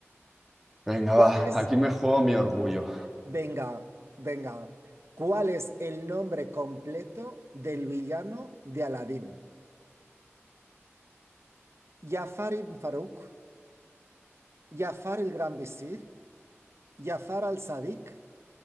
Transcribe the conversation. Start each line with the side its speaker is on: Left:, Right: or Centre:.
Centre: Venga,
Right: ¿Cuál
Centre: va,
Right: es,
Centre: aquí me juego mi orgullo.
Right: venga, venga, cuál es el nombre completo del villano de Aladín? ¿Jafar ibn Faruk, ¿Jafar el Gran Visir? ¿Jafar al-Sadiq